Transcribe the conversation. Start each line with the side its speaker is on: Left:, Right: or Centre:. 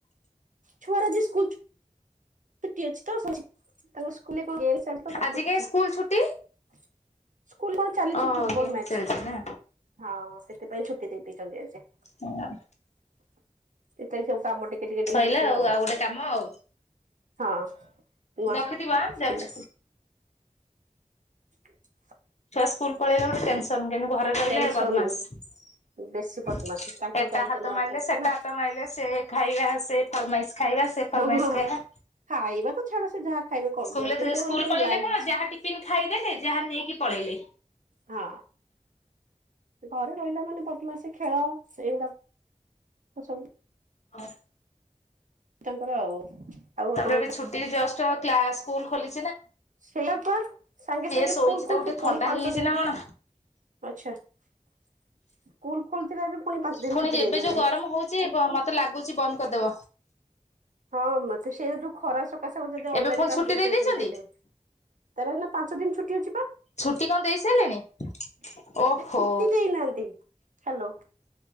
Right: ଛୁଆ ର ଆଜି ସ୍କୁଲ ଛୁଟି ଅଛି ତ ତାଙ୍କ ସ୍କୁ କେ ଗ ତ
Left: ଆଜି
Right: ଛୁଟି
Left: କାଇଁ ସ୍କୁଲ ଛୁଟି?
Right: <unintelligible> ସ୍କୁଲ କ ଚାଲିଛି
Left: ଓ
Right: ଫୁଟବଲ
Left: ଗେମ୍
Right: ମ୍ୟାଚ।
Left: ଚାଲିଛି ନା
Right: ହଁ ସେଥିପାଇଁ ଛୁଟି ଦେଇ ଦେଇଛନ୍ତି ଆଜି। ସେ
Left: ହଁ
Right: ତାଇ ସବୁ କାମ ଟିକେ ଟିକେ ଡେ
Left: ସଇଲା
Right: ହଉଛ ଆଉ।
Left: ଗୋଟେ କାମ ଆଉ
Right: ହଁ ପିଲା
Left: ରଖିଥିବ ଆଁ ଯାଉଛି।
Right: <inaudible>
Left: ଛୁଆ ସ୍କୁଲ ପଳେଇଲେ ଗୋଟେ ଟେନ୍ସନ୍ କିନ୍ତୁ ଘରେ ରହିଲେ
Right: ଟେନସନ
Left: ବଦମାସ।
Right: ବେଶୀ ବଦମାସି ତାଙ୍କ
Left: ଏଟା
Right: ଦାୟିତ୍ଵ
Left: ହାତ
Right: ନବାକୁ
Left: ମାରିଲେ
Right: ପଡୁଛି
Left: ସେଟା
Right: ନା
Left: ହାତ ମାରିଲେ ସେ ଖାଇବା ସେ ଫରମାଇଶ୍ ଖାଇବା ସେ ଫରମାଇଶ୍
Right: ହଁ ହଁ ହଁ।
Left: ଖାଇବା।
Right: ଖାଇବା ତ ଛାଡ ସେ ଯାହା ଖାଇବେ କରିବ
Left: ସ୍କୁଲରେ
Right: କିନ୍ତୁ
Left: ଫେରେ ସ୍କୁଲ
Right: ମାନେ ଯୋଉ
Left: ପଳେଇଲେ
Right: ଲାଗ
Left: କଣ ଯାହା ଟିଫନ୍ ଖାଇଦେଲେ ଯାହା ନେଇକି ପଳେଇଲେ।
Right: ହଁ। ଘରେ ରହିଲା ମାନେ ବଦମାସୀ ଖେଳ ସେଇଗୁଡା କ ସବୁ।
Left: ହଁ।
Right: ତାଙ୍କର ଆଉ। ଆଉ ଆପଣଙ୍କ
Left: ତାପରେ ଏବେ ଛୁଟିରେ ଜଷ୍ଟ କ୍ଲାସ ସ୍କୁଲ ଖୋଲି
Right: ସେଇଆପା ସାଙ୍ଗେ
Left: ସିଏ
Right: ସାଙ୍ଗେ
Left: ଶୋଇଛି
Right: ସ୍କୁଲ ଖୋଲୁଚି
Left: ତାକୁ ଟିକେ
Right: ପୁଣି
Left: ଥଣ୍ଡା
Right: ପାଞ୍ଚ
Left: ହେଇଯାଇଛି
Right: ଦିନ୍
Left: ନା କଣ
Right: ଆଚ୍ଛା। ସ୍କୁଲ ଖୋଲିଥିଲା ଏବେ ପାଞ୍ଚ ଦିନ
Left: ପୁଣି
Right: ଛୁଟି
Left: ଏବେ
Right: ଦେଇଦେଲେ
Left: ଯୋଉ ଗରମ ହଉଛି ବ ମତେ ଲାଗୁଚି ବନ୍ଦ କରିଦବ।
Right: ହଁ ମତେ ସେ ଯୋଉ ଖରା ସକାଶ ଯଦି ଅନଲାଇ
Left: ଏବେ ପୁଣି
Right: କ୍ଲାସ
Left: ଛୁଟି ଦେଇ
Right: ଦେଇଦେବେ
Left: ଦେଇେଇଛନ୍ତି
Right: ଦେଇଦେବେ। ତାର ଏଇନା ପାଞ୍ଚ ଦିନ ଛୁଟି ଅଛି ପା।
Left: ଛୁଟି କଣ ଦେଇ ସାରିଲେଣି
Right: ସେ
Left: ଓହୋ
Right: ଛୁଟି ଦେଇନାହାନ୍ତି ହାଲୋ।